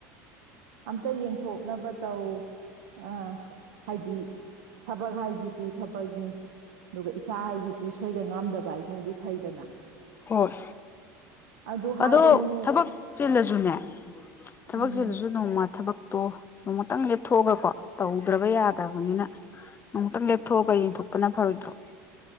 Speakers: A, on the right (about 70°); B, on the left (about 25°).
A: ꯑꯝꯇ ꯌꯦꯡꯊꯣꯛꯅꯕ ꯇꯧ ꯑ ꯍꯥꯏꯗꯤ ꯊꯕꯛ ꯍꯥꯏꯁꯤꯗꯤ ꯊꯕꯛꯅꯤ ꯑꯗꯨꯒ ꯏꯁꯥ ꯍꯥꯏꯁꯤꯗꯤ ꯁꯣꯏꯗꯅ ꯉꯥꯝꯗꯕ ꯍꯥꯏꯁꯤꯅꯗꯤ ꯐꯩꯗꯅ
B: ꯍꯣꯏ
A: ꯑꯗꯨ ꯍꯥꯏꯕꯅꯦ
B: ꯑꯗꯣ ꯊꯕꯛ ꯆꯤꯜꯂꯁꯨꯅꯦ ꯊꯕꯛ
A: ꯎꯝ
B: ꯆꯤꯜꯂꯁꯨ ꯅꯣꯡꯃ ꯊꯕꯛ ꯇꯣ ꯅꯣꯡꯃꯛꯇꯪ ꯂꯦꯞꯊꯣꯛꯑꯒꯀꯣ ꯇꯧꯗ꯭ꯔꯕ ꯌꯥꯗꯕꯅꯤꯅ ꯅꯣꯡꯃꯛꯇꯪ ꯂꯦꯞꯊꯣꯛꯑꯒ ꯌꯦꯡꯊꯣꯛꯄꯅ ꯐꯔꯣꯏꯗ꯭ꯔꯣ